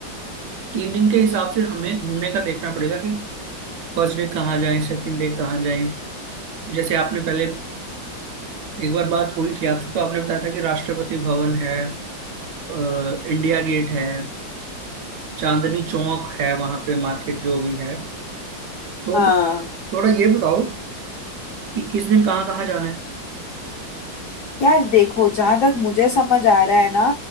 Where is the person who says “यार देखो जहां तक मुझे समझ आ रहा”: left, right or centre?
Left